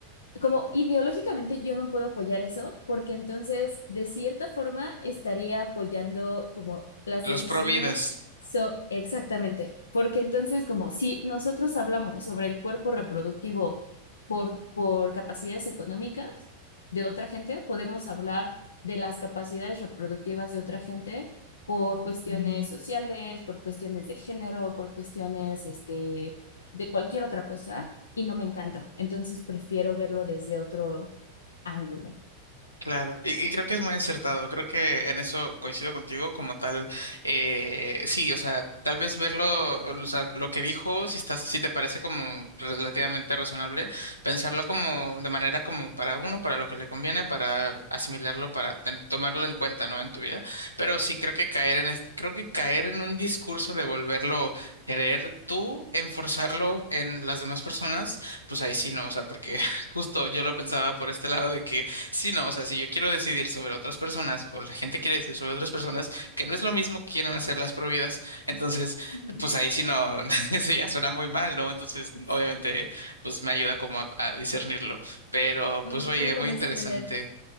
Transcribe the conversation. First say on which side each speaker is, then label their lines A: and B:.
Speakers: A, on the left; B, on the left.
A: como ideológicamente yo no puedo apoyar eso, porque entonces de cierta forma estaría apoyando como las
B: Los
A: decisiones,
B: providas.
A: so exactamente, porque entonces como si nosotros hablamos sobre el cuerpo reproductivo por, por capacidades económicas de otra gente, podemos hablar de las capacidades reproductivas de otra gente por cuestiones sociales, por cuestiones de género, por cuestiones este, de cualquier otra cosa y no me encanta. Entonces prefiero verlo desde otro ángulo.
B: Claro, y, y creo que es muy acertado, creo que en eso coincido contigo como tal, eh, sí, o sea, tal vez verlo, o sea, lo que dijo, si estás, si te parece como relativamente razonable, pensarlo como de manera como para uno, para lo que le conviene, para asimilarlo, para ten- tomarlo en cuenta, ¿no? En tu vida, pero sí creo que caer en este, creo que caer en un discurso de volverlo querer tú, enforzarlo en las demás personas, pues ahí sí no, o sea, porque <laughs> justo yo lo pensaba por este lado de que Sí, no, o sea, si yo quiero decidir sobre otras personas o la gente quiere decidir sobre otras personas, que no es lo mismo que quieran hacer las prohibidas, entonces,
A: Ujú.
B: pues ahí sí no, <laughs> eso ya suena muy mal, ¿no? Entonces,
A: Sí,
B: obviamente, pues me ayuda como a, a discernirlo, pero
A: uno,
B: pues oye,
A: uno comienza
B: muy interesante.
A: a tener